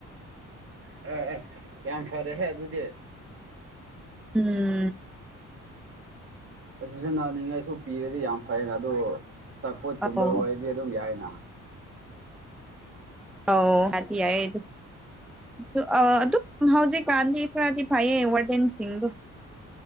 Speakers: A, on the right (about 45°); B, in the centre.
A: ꯑꯥ ꯑꯥ ꯌꯥꯝ ꯐꯔꯦꯍꯦ ꯑꯗꯨꯗꯤ
B: ꯎꯝ
A: ꯑꯁꯤꯖꯦ ꯅꯥꯅꯤꯡꯉꯥꯏꯁꯨ ꯄꯤꯔꯗꯤ ꯌꯥꯝ ꯐꯩꯌꯦꯅ ꯑꯗꯣ ꯆꯝꯐꯨꯠꯀꯨꯝꯕ
B: ꯑꯧ
A: ꯑꯣꯏꯔꯗꯤ ꯑꯗꯨꯝ ꯌꯥꯏꯅ
B: ꯑꯣ ꯍꯥꯏꯗꯤ ꯌꯥꯏ ꯑꯗꯨ ꯑꯗꯨ ꯑ ꯑꯗꯨꯛ ꯍꯧꯖꯤꯛ ꯀꯔꯥꯟꯗꯤ ꯈꯔꯗꯤ ꯐꯥꯏꯌꯦ ꯋꯥꯔꯗꯦꯟ ꯁꯤꯡꯗꯣ